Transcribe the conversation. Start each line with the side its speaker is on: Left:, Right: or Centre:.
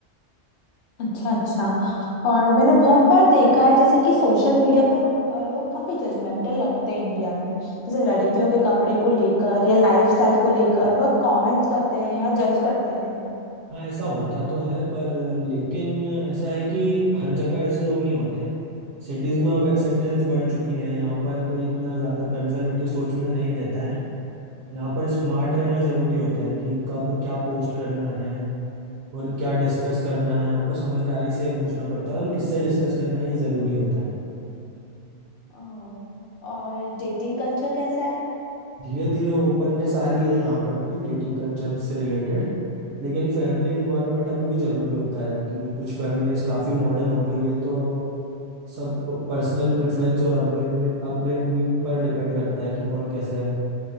Left: अच्छा अच्छा और मैंने बहुत बार देखा है जैसे कि सोशल मीडिया पर अ, लोग काफी जजमेंटल लगते हैं इंडिया में जैसे लड़कियों के कपड़े को लेकर या लाइफस्टाइल को लेकर बहुत कमेंट्स करते हैं या जज करते हैं
Right: हाँ ऐसा होता तो है पर लेकिन ऐसा है कि हर जगह ऐसे लोग नहीं होते सिटीज में अब एक्सेप्टेंस बढ़ चुकी है यहाँ पर कोई इतना ज़्यादा कंजर्वेटिव सोच में नहीं रहता है यहाँ पर स्मार्ट रहना ज़रूरी होता है कि कब क्या पोस्ट करना है और क्या डिस्कस करना है आपको समझदारी से पूछना पड़ता है और किससे डिस्कस करना है ये ज़रूरी होता है
Left: ओह, और डेटिंग कल्चर कैसा है
Right: धीरे धीरे ओपननेस आ रही है यहाँ पर भी डेटिंग कल्चर से रिलेटेड लेकिन फैमिली इन्वॉल्वमेंट अभी भी ज़रूरी होता है कि कुछ फैमिलीज काफ़ी मॉडर्न हो गई है तो सब पर्सनल प्रेफरेंस और अपब्रिंग अपब्रिंगिंग पर डिपेंड करता है कि कौन कैसे